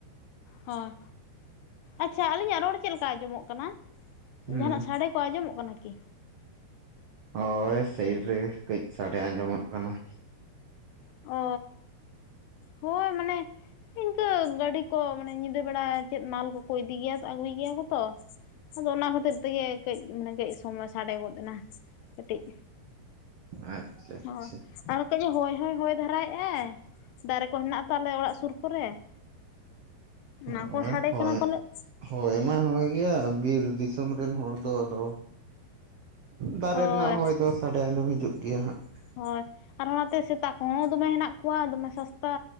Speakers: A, on the left; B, on the right.
A: ᱦᱳᱭ, ᱟᱪᱪᱷᱟ ᱟᱹᱞᱤᱧᱟᱜ ᱨᱚᱲ ᱪᱮᱜ ᱞᱮᱠᱟ ᱟᱸᱡᱚᱢᱚᱜ ᱠᱟᱱᱟ,
B: ᱦᱮᱸ
A: ᱡᱟᱦᱟᱸᱱᱟᱜ ᱥᱟᱰᱮ ᱠᱚ ᱟᱸᱡᱚᱢᱚᱜ ᱠᱟᱱᱟ ᱠᱤ?
B: ᱦᱳᱭ ᱥᱟᱭᱤᱰ ᱨᱮ ᱠᱟᱹᱡ ᱥᱟᱰᱮ ᱟᱸᱡᱚᱢᱚᱜ ᱠᱟᱱᱟ᱾
A: ᱚᱻ ᱦᱳᱭ ᱢᱟᱱᱮ ᱤᱱᱠᱟᱹ ᱜᱟᱹᱰᱤ ᱠᱚ ᱢᱟᱱᱮ ᱧᱤᱫᱟᱹ ᱵᱮᱲᱟ ᱪᱮᱫ ᱢᱟᱞ ᱠᱚ, ᱠᱚ ᱤᱫᱤ ᱜᱮᱭᱟ ᱛᱚ ᱟᱹᱜᱩᱭ ᱜᱮᱭᱟ ᱠᱚ ᱛᱚ ᱟᱫᱚ ᱚᱱᱟ ᱦᱚᱛᱮᱜ ᱛᱮᱜᱮ ᱠᱟᱹᱡ ᱢᱟᱱᱮ ᱠᱟᱹᱡ ᱥᱚᱢᱚᱭ ᱥᱟᱰᱮ ᱜᱚᱫ ᱮᱱᱟ ᱠᱟᱹᱴᱤᱡ
B: ᱟᱪᱪᱷᱟ ᱟᱪᱪᱷᱟ
A: ᱦᱳᱭ᱾ ᱟᱨ ᱠᱟᱡᱮ ᱦᱚᱭ ᱦᱚᱸᱭ ᱦᱚᱭ ᱫᱷᱟᱨᱟᱭᱮᱫ ᱟᱭ ᱫᱟᱨᱮ ᱠᱚ ᱦᱮᱱᱟᱜ-ᱟ ᱛᱚ ᱟᱞᱮ ᱚᱲᱟᱜ ᱥᱩᱨ ᱠᱚᱨᱮ᱾ ᱚᱱᱟ
B: ᱦᱳᱭ
A: ᱠᱚ ᱥᱟᱰᱮ
B: ᱦᱳᱭ
A: ᱠᱟᱱᱟ ᱯᱟᱞᱮᱫ ᱾
B: ᱦᱳᱭ ᱢᱟᱭ ᱦᱚᱭ ᱜᱮᱭᱟ ᱵᱤᱨ ᱫᱤᱥᱚᱢ ᱨᱮᱱ ᱦᱚᱲ ᱫᱚ ᱟᱫᱚ ᱫᱟᱨᱮ
A: ᱦᱳᱭ
B: ᱨᱮᱱᱟᱜ ᱦᱚᱭ ᱫᱚ ᱥᱟᱰᱮ ᱟᱸᱡᱚᱢ ᱦᱤᱡᱩᱜ ᱜᱮᱭᱟ ᱦᱟᱸᱜ ᱾
A: ᱦᱳᱭ ᱟᱨ ᱚᱱᱟᱛᱮ ᱥᱮᱛᱟ ᱠᱚᱦᱚᱸ ᱫᱚᱢᱮ ᱦᱮᱱᱟᱜ ᱠᱚᱣᱟ ᱫᱚᱢᱮ ᱥᱟᱥᱛᱟ᱾